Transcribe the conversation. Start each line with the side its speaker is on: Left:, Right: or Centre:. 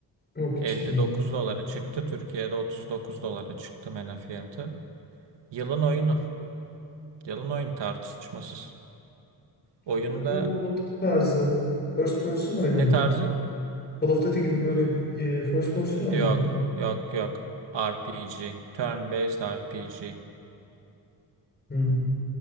Left: Yok hiç
Right: 59
Left: bilmiyorum.
Right: dolara çıktı. Türkiye'de 39 dolara çıktı mena fiyatı. Yılın oyunu. Yılın oyun tartışmasız. Oyunda
Left: Bir de bu Call of Duty tarzı first person oyunu
Right: ne
Left: muydu?
Right: tarzı?
Left: Call of Duty gibi böyle e, first person oyunu
Right: Yok.
Left: mu?
Right: Yok yok. RPG. Turn-based RPG.
Left: Hmm,